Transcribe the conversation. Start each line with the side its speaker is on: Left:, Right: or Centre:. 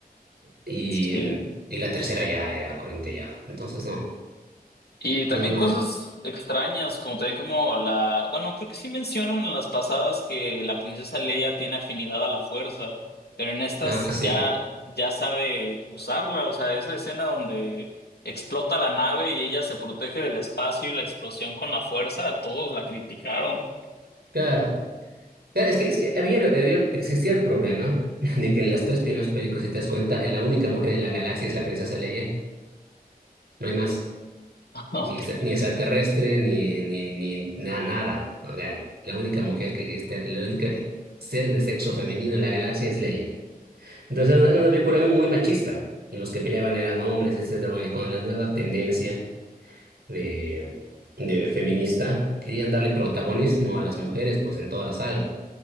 Right: Y,
Left: Sí.
Right: y la tercera ya era corintellado. Entonces no,
Left: Y también
Right: no, no,
Left: cosas extrañas, como también como la, bueno, creo que sí mencionan en las pasadas que la princesa Leia tiene afinidad a la fuerza, pero en estas
Right: nada,
Left: ya,
Right: sí.
Left: ya sabe usarla, o sea, esa escena donde explota la nave y ella se protege del espacio y la explosión con la fuerza, a todos la criticaron.
Right: Claro. Claro, es que, es que había, había- existía el problema <laughs> de que en las tres primeras películas, si te das cuenta, la única mujer en la galaxia es la princesa Leia. No hay más.
Left: <laughs> Ok.
Right: Ni, extra- ni extraterrestre, ni, ni, ni na- nada. O sea, la única mujer que existe, el único ser de sexo femenino en la galaxia es Leia. Entonces era una, era una película muy, muy machista. Y los que peleaban eran hombres, etcétera. Bueno, Y con la nueva tendencia de, de feminista, querían darle protagonismo a las mujeres, pues en toda la saga.